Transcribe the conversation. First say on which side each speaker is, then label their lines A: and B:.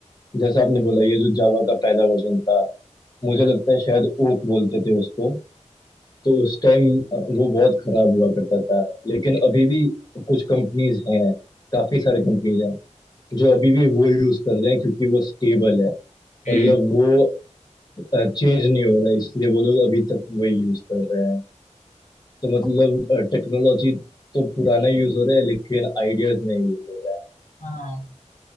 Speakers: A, on the left; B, on the left.
A: जैसे आपने बोला ये जो जावा का पहला वर्जन था मुझे
B: हूँ
A: लगता है शायद ओक बोलते थे उसको तो उस टाइम वो बहुत खराब हुआ करता था लेकिन अभी भी कुछ कंपनीज हैं काफी सारी कंपनीज हैं जो अभी भी वो यूज कर रहे हैं क्योंकि वो स्टेबल है
B: हम्म
A: मतलब वो चेंज नहीं हो रहा है इसलिए वो लोग अभी तक वही यूज कर रहे हैं तो मतलब टेक्नोलॉजी तो पुराना यूज हो रहा है लेकिन आइडियाज नहीं यूज हो रहा
B: हाँ